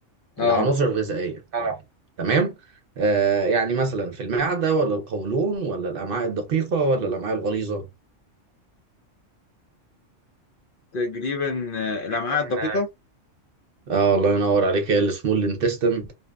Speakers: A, on the left; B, on the right.
A: اه
B: العناصر الغذائيه اه تمام آه، يعني مثلا في المعده ولا القولون ولا الامعاء الدقيقه ولا الامعاء الغليظه
A: تقريبا آه، الأمعاء
B: تقريبا
A: الدقيقة
B: اه الله ينور عليك هي السمول انتستم